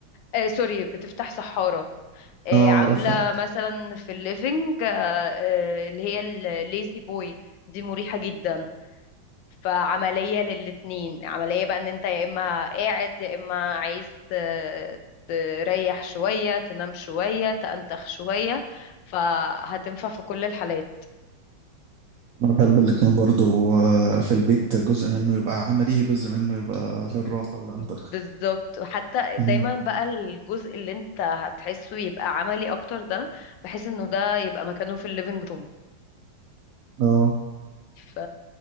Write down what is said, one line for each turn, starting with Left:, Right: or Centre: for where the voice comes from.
Left: آه، سوري بتفتح سحارة آه،
Right: اه
Left: عاملة
Right: عرفتها
Left: مثلا في الليفينج آه، آه، اللي هي الليزي بوي دي مريحة جدا فعملية للاتنين عملية بقى ان انت يا اما قاعد يا اما عايز ت- تريح شوية تنام شوية تأنتخ شوية فهتنفع في كل الحالات
Right: أنا بحب الاتنين برضو آه، في البيت جزء منه يبقى عملي جزء منه يبقى للراحة والأنتخ
Left: بالظبط وحتى دايما
Right: مم.
Left: بقى الجزء اللي انت هتحسه يبقى عملي اكتر ده بحيث انه ده يبقى مكانه في الليفينج روم
Right: اه
Left: ف...